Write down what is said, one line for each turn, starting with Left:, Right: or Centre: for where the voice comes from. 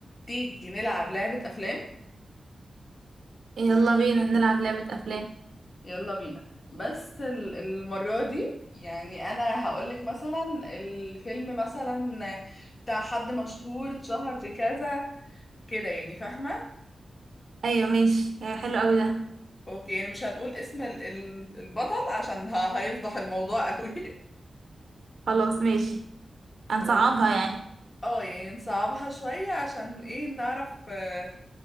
Left: تيجي نلعب لعبة أفلام
Right: يلا بينا نلعب لعبة أفلام
Left: يلا بينا بس ال- المرة دي يعني أنا هقولك مثلا الفيلم مثلا بتاع حد مشهور اتشهر بكذا كده يعني فاهمة؟
Right: أيوة ماشي أيوة حلو أوي ده
Left: أوكي يعني مش هنقول اسم ال- ال- البطل عشان ه- هيفضح الموضوع قوي
Right: خلاص ماشي هنصعبها
Left: <laughs> أو-
Right: يعني
Left: اه يعني نصعبها شوية عشان ايه نعرف آه،